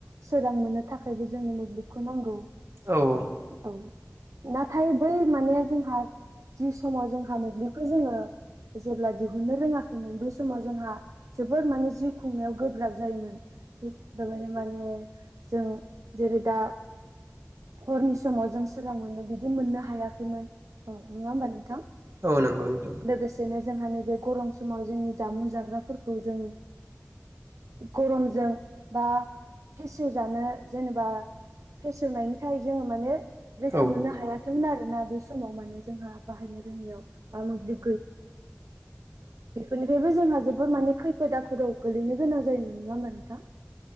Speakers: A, on the right; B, on the right.
A: सोरां मोननो थाखायबो जोंनो मोब्लिबखौ नांगौ
B: औ
A: औ नाथाय बै माने जोंहा जि समाव जोंहा मोब्लिबखौ जोङो जेब्ला दिहुननो रोङाखैमोन बै समाव जोंहा जोबोर माने जिउ खुंनायाव गोब्राब जायोमोन <unintelligible> जों जेरै दा हरनि समाव जों सोरां मोनो बिदि मोननो हायाखैमोन औ नङा होमबा नोंथां
B: औ नंगौ औ नंगौ
A: लोगोसेनो जोंह न बे गरम समाव जोंनि जामुं जाग्राफोरखौ जों गरमजों बा फेसेवजानो जेनेबा फेसेवनायनि थाखाय जोङो माने रैखा
B: औ
A: मोननो हायाखैमोन आरो ना बे समाव माने जोंहा बाहायनो रोङियाव बा मोब्लिब बेफोरनिफ्रायबो जोंहा जोबोद माने खैफोद आफोदाव गोलैनो गोनां जायोमोन नङा होमबा नोंथां